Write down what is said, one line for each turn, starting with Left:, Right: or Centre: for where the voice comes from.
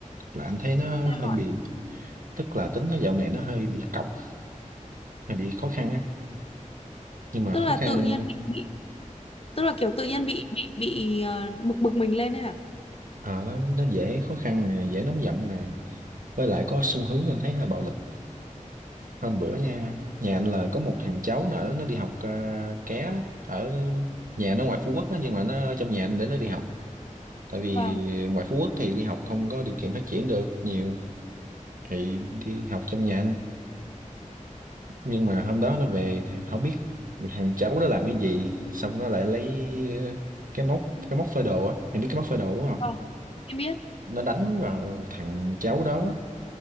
Right: là anh thấy nó
Left: Sao
Right: hơi bị
Left: ạ?
Right: tức là Tính nó dạo này nó hơi bị cọc hơi bị khó khăn á nhưng mà
Left: Tức
Right: khó
Left: là
Right: khăn
Left: tự nhiên bị, bị tức là kiểu tự nhiên bị bị bị ờ, bực bực mình lên ấy hả?
Right: Ờ, nó, nó dễ khó khăn nè dễ nóng giận nè với lại có xu hướng anh thấy hơi bạo lực hôm bữa nha nhà anh là có một thằng cháu nó ở nó đi học ờ, ké ở nhà nó ngoài Phú Quốc á, nhưng mà nó ở trong nhà anh để nó đi học tại vì
Left: Vâng.
Right: ngoài Phú Quốc thì đi học không có điều kiện phát triển được nhiều thì đi học trong nhà anh nhưng mà hôm đó nó về thì không biết thằng cháu đó làm cái gì xong nó lại lấy ờ, cái móc cái móc phơi đồ á em biết cái móc phơi đồ đúng không
Left: Vâng. Em biết.
Right: nó đánh vào thằng cháu đó